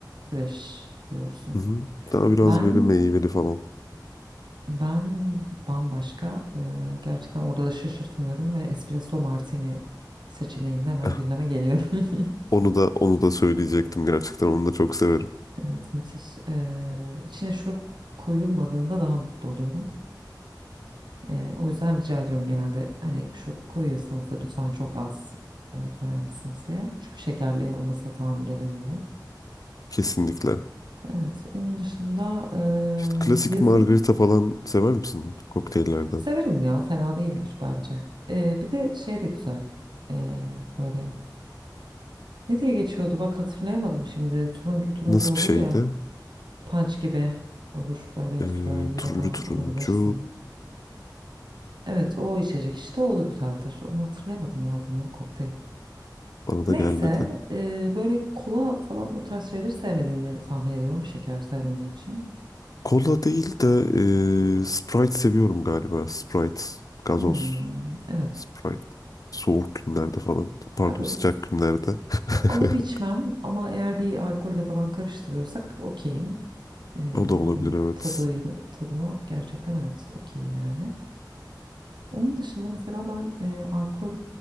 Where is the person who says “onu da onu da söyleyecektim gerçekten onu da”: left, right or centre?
Left